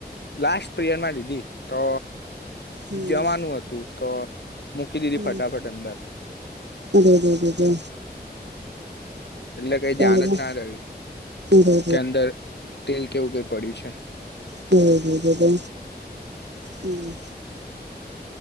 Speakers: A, on the left; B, on the right.
A: લાસ્ટ પીરયડમાં દીદી તો
B: હમ
A: જવાનું હતું તો મૂકી દીધી
B: હમ
A: ફટાફટ અંદર
B: અરે રે રે રે
A: એટલે કઈ ધ્યાન
B: અરે રે
A: જ ના ર
B: અરે
A: કે અંદર તેલ કેવું કઈ પડ્યું છે
B: હમ <inaudible> હમ